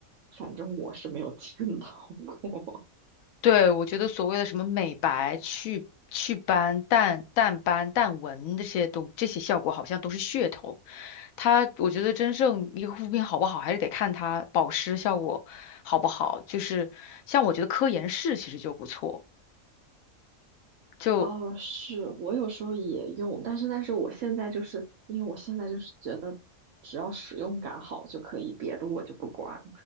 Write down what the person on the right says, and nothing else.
反正我是没有 <laughs> 见到过。
哦，是我有时候也用，但是但是我现在就是因为我现在就是觉得只要使用感好就可以，别的我就不管。